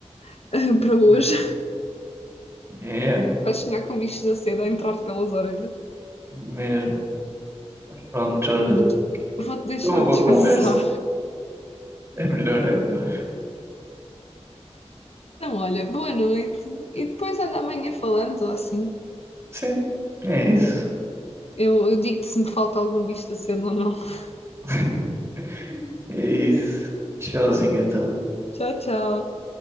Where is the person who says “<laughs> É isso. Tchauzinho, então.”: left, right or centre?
Right